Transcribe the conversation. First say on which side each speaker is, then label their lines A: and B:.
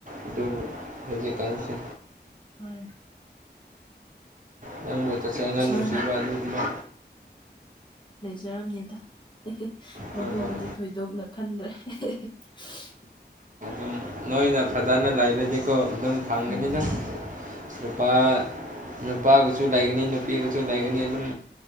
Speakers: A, on the right (about 45°); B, on the left (about 25°).
A: ꯑꯗꯨꯕꯨ ꯍꯧꯖꯤꯛꯀꯥꯟꯁꯦ
B: ꯍꯣꯏ
A: ꯅꯪꯕꯨ ꯆꯠꯁ‌ꯦꯡꯅ
B: ꯏꯁꯣꯔꯅ
A: ꯅꯨꯡꯁꯤꯕ ꯑꯗꯨꯒꯨꯝꯕ
B: ꯖꯔꯝꯅꯤꯗ ꯍ‌ꯦꯍ‌ꯦ ꯃꯗꯨꯒꯤꯗꯤ
A: ꯍꯣꯏ ꯍꯣꯏ
B: ꯊꯣꯏꯗꯣꯛꯅ ꯈꯟꯗ꯭ꯔꯦ <unintelligible>
A: ꯅ‌ꯣꯏ ꯅꯣꯏꯅ ꯐꯖꯥꯅ ꯂꯥꯏ ꯍꯥꯏꯕꯗꯤꯀꯣ ꯑꯗꯨꯝ ꯐꯪꯒꯅꯤꯗ
B: ꯎꯝ
A: ꯅꯨꯄꯥ ꯅꯨꯄꯥꯒꯁꯨ ꯂꯩꯒꯅꯤ ꯅꯨ ꯄꯤꯕꯁꯨ ꯂꯩꯒꯅꯤ ꯑꯗꯨꯝ